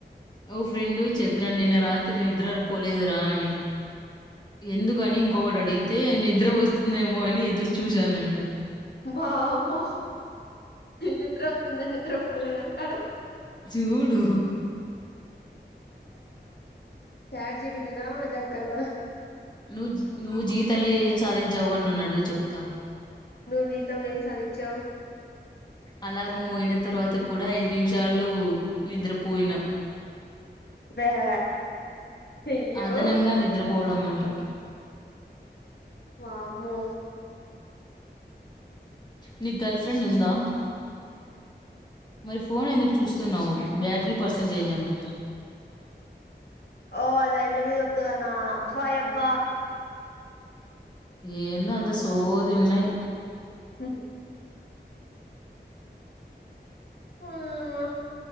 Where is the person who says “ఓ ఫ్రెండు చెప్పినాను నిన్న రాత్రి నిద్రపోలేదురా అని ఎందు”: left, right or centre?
Left